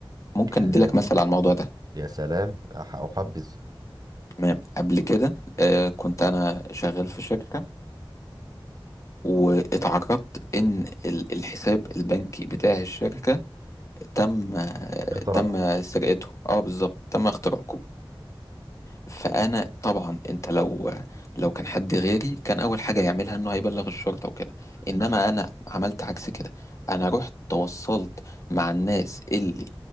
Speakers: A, on the left (about 35°); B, on the right (about 45°).
A: ممكن
B: كلام
A: أديلك مثل على الموضوع ده
B: يا سلام أح- احبذ
A: تمام قبل كده آه، كنت أنا شغال في شركة واتعرضت إن ال- الحساب البنكي بتاع الشركة تم
B: اختراق
A: تم سرقته اه بالظبط تم اختراقه فانا طبعا انت لو لو كان حد غيري كان اول حاجه يعملها انه هيبلغ الشرطه وكده انما
B: مم.
A: انا عملت عكس كده انا رحت تواصلت مع الناس اللي